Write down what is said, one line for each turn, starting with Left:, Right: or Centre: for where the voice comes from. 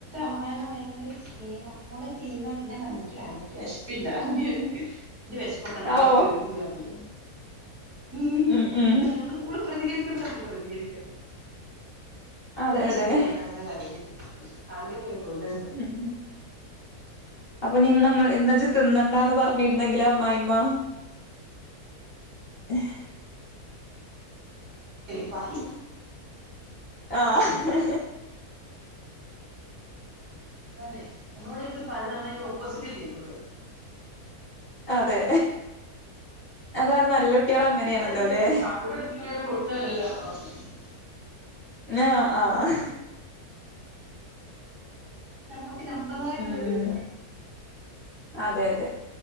Right: മ്മായിമ്മ ഭയങ്കര സ്നേഹം മോളെ തിന്ന ഞാൻ പറഞ്ഞ് ഇൻക്ക് വേണ്ട ഇൻക്ക് വെശ്പ്പില്ലന്നർഞ്ഞ് ഞാൻ. ന്റെ വെശ്പ്പൊക്കെ ഇന്നലെ
Left: ഔ
Right: തീർന്ന് ർഞ്ഞ് ഞാൻ മ്
Left: ഉം ഉം
Right: അങ്ങനെ നമ്മള്. മ്മൾ പ്രതികരിക്കേണ്ടത് മ്മൾ പ്രതികരിക്കണ്ടെ
Left: അതെ
Right: ഇന്റെഷ്ടത്തിന്
Left: അതെ
Right: ഇങ്ങളെങ്ങ പറയൽ അങ്ങൻത്തൊരു. <unintelligible>
Left: ഉം അപ്പൊ നീന്ന ങ്ങൾ ന്നാജ് തിന്നണ്ടാന്ന് പറഞ്ഞിരുന്നെങ്കിലാ അമ്മായിമ്മ. ഏഹ്.
Right: ഇപ്പാനിം മ്.
Left: ആഹ്. ആഹ്
Right: അതന്നെ നമ്മളോട് എന്ത് പറിണ് നമ്മളയിന് ഓപ്പോസിറ്റേ ചെയ്യാെള്ളു.
Left: അതെ അതാണ് നല്ല കുട്ടികൾ അങ്ങനെയാണല്ലോ
Right: നമ്മളതിന്
Left: അല്ലെ
Right: <inaudible>
Left: ങേ ആ ആഹ്
Right: ഞമ്മക്ക് ഞമ്മളാതായിട്ടുള്ളൊരു
Left: ഉം
Right: ഇത് വേണം
Left: അതെ അതെ